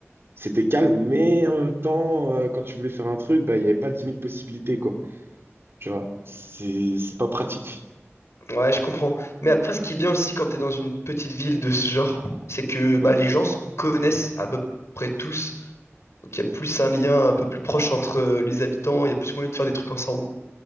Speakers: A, on the right; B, on the left.
A: c'était calme, mais en même temps, euh, quand tu voulais faire un truc, bah, il y avait pas dix mille possibilités, quoi. Tu vois, c'est, c'est pas pratique.
B: Ouais, je comprends. Mais après, ce qui est bien aussi quand t'es dans une petite ville de ce genre, c'est que bah,
A: Ouais.
B: les gens se connaissent à peu près tous. Donc il y a plus un lien un peu plus proche entre euh, les habitants, il y a plus moyen de faire des trucs ensemble.